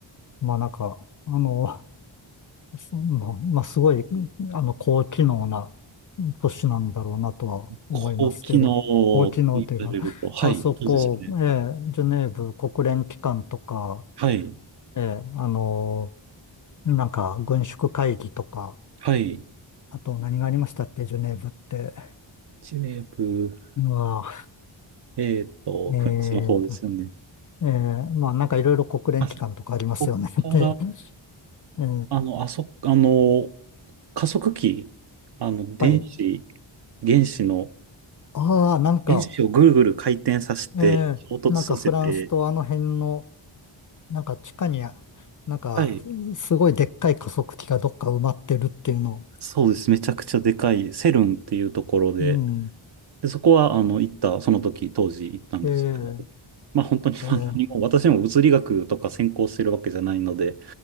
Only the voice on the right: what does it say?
高機能と言われると、
はい。
そうですね。
はい。
はい。
ジュネーブ、
えっと、
フランスの方ですよね。
あそこから、
あの、あそ、あの、加速器、あの、電子、
原子の、
原子をぐるぐる回転させて、
衝突させて、
はい。そうです。めちゃくちゃでかい、セルンっていうところで、
で、そこは、あの、行った、その時、当時行ったんですけど、
まあ本当に、<laughs>
まあ、何も私も物理学とか専攻してるわけじゃないので、